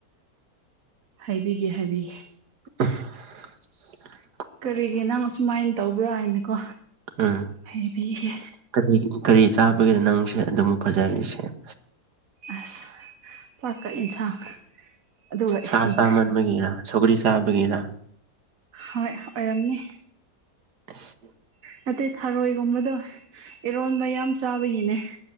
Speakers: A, on the right; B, on the right.
A: ꯍꯥꯏꯕꯤꯒꯦ ꯍꯥꯏꯕꯤꯒ‌ꯦ
B: <unintelligible>
A: ꯀꯔꯤꯒꯤ ꯅꯪ ꯑꯁꯨꯃꯥꯏꯅ ꯇꯧꯕ꯭ꯔꯥ ꯍꯥꯏꯅꯀꯣ
B: ꯎꯝ
A: ꯍꯥꯏꯕꯤꯒꯦ
B: ꯀꯔꯤ ꯀꯔꯤ ꯆꯥꯕꯒꯦ ꯅꯪꯁꯦ ꯑꯗꯨꯃꯨꯛ ꯐꯖꯔꯤꯁꯦ ꯑꯁ
A: ꯑꯁ ꯆꯥꯛꯀ ꯏꯟꯁꯥꯡ ꯑꯗꯨꯒ ꯏꯁꯤꯡ
B: ꯁꯥ ꯆꯥꯃꯟꯕꯒꯤꯔ ꯁꯧꯒ꯭ꯔꯤ ꯆꯥꯕꯒꯤꯔ
A: ꯍꯣꯏ ꯑꯣꯏꯔꯝꯅꯤ
B: ꯑꯁ
A: ꯅꯠꯇꯦ ꯊꯔꯣꯏ ꯒꯨꯝꯕꯗꯣ ꯏꯔꯣꯟꯕ ꯌꯥꯝ ꯆꯥꯕꯒꯤꯅꯦ